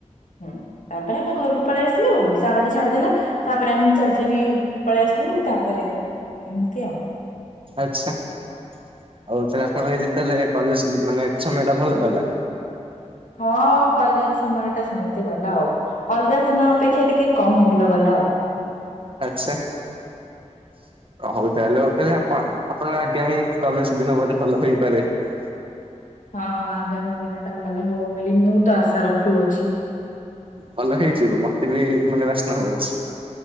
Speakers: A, on the left; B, on the right.
A: ହୁଁ ତାପରେ ଆମେ ଘରକୁ ପଳେଇ ଆସିଲୁ ଆଉ ସାଙ୍ଗଟେ ଛାଡିଦେଲା। ତାପରେ ଆମେ ଚାଲି ଚାଲି ପଳେଇ ଆସିଲୁ। ତାପରେ ଏମିତି ଆଉ
B: ଆଛା! ଆଉ ତାହେଲେ ଆପଣ କଲେ ସେମାନେ ସମୟ ଟା ଭଲ ହେଲା।
A: ହଁ କଲେଜ ସମୟ ଟା ସେମିତି ଗଲା ଆଉ। ଅଲଗା ଦିନ ଅପେକ୍ଷା, ଟିକେ କମ ଭଲ ଗଲା ଆଉ।
B: ଆଛା! <inaudible>
A: ହଁ, ଆଗାମୀ ଦିନ ଟା ଭଲ ହବ। ବୋଲି ମୁଁ ତ ଆଶା ରଖୁଅଛି।
B: ଭଲ ହେଇଯିବ ମତେ ବି ମାନେ ବାସ୍ନା ହଉଛି।